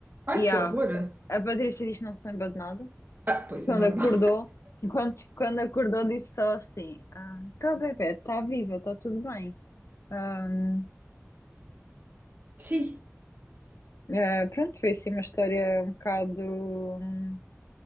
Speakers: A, on the right (about 35°); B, on the left (about 65°).
A: Ai,
B: e
A: que
B: ah,
A: horror.
B: a Patrícia disse que não se lembra de nada.
A: Ah, pois
B: Quando
A: é normal.
B: acordou, quando, quando acordou disse só assim, ah, tá bebê, está viva, está tudo bem. Ahm,
A: <laughs> Sim,
B: eh, pronto, foi assim uma história um bocado. hum,